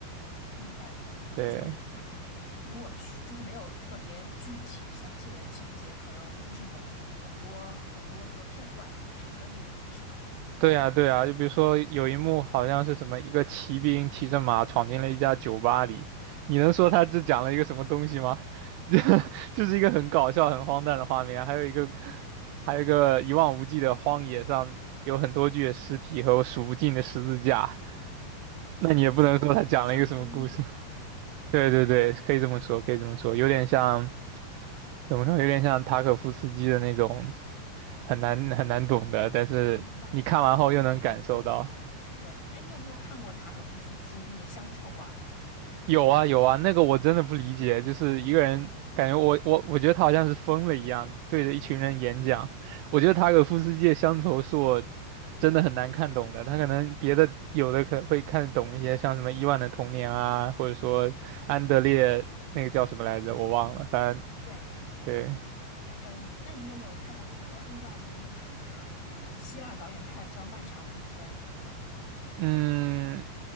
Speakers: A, on the left (about 55°); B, on the right (about 85°).
A: 明白，
B: 对，
A: 就是他嗯，如果是就是没有特别具体详细的情节，可能就是某很多很多个片段组成的那种，是吗？
B: 对呀，对呀，就比如说有一幕好像是什么一个骑兵骑着马闯进了一家酒吧里，你能说他只讲了一个什么东西吗？<laughs> 这就是一个很搞笑、很荒诞的画面啊。还有一个，还有一个一望无际的荒野上有很多具的尸体和数不尽的十字架，
A: 是是有很多象征意义吗？
B: 那你也不能说他讲了一个什么故事。<laughs>
A: 嗯，
B: 对对对，
A: 对啊，
B: 可以这么说，可以这么说，有点像怎么说，有点像塔可夫斯基的那种很难很难懂的，但是你看完后又能感受到。
A: 我明白。哎，你有没有？对，哎，你有没有看过塔可夫斯基的那个《乡愁》啊？
B: 有啊有啊，那个我真的不理解，就是一个人感觉我我我觉得他好像是疯了一样，对着一群人演讲。我觉得塔可夫斯基的乡愁是我真的很难看懂的，他可能别的有的可会看得懂一些，像什么伊万的童年啊，或者说安德烈那个叫什么来着，我忘了，反正
A: 对，
B: 对，
A: 嗯，那你有没有看过那个另外一个就是呃希腊导演派的叫《漫长的一天》？
B: 嗯，